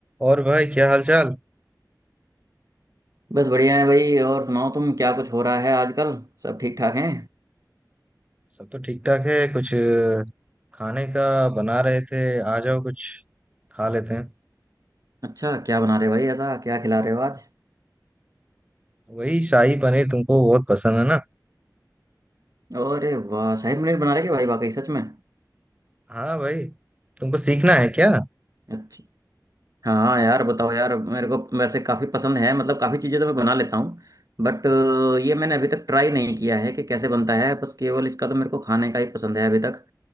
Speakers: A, on the right; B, on the right.
A: और भाई क्या हाल चाल
B: बस बढ़िया है भाई और सुनाओ तुम क्या कुछ हो रहा है आजकल सब ठीक ठाक हैं
A: सब तो ठीक ठाक है कुछ अ, खाने का बना रहे थे आ जाओ कुछ खा लेते हैं
B: अच्छा क्या बना रहे भाई ऐसा क्या खिला रहे हो आज
A: वही शाही पनीर तुमको बहुत पसंद है ना
B: अरे वाह शाही पनीर बना रहे क्या भाई वाकई सच में
A: हाँ भाई तुमको सीखना है क्या
B: अच्छा हाँ हाँ यार बताओ यार मेरे को वैसे काफ़ी पसंद है मतलब काफ़ी चीज़ें तो मैं बना लेता हूँ बट ये मैंने अभी तक ट्राई नहीं किया है कि कैसे बनता है बस केवल इसका तो मेरे को खाने का ही पसंद है अभी तक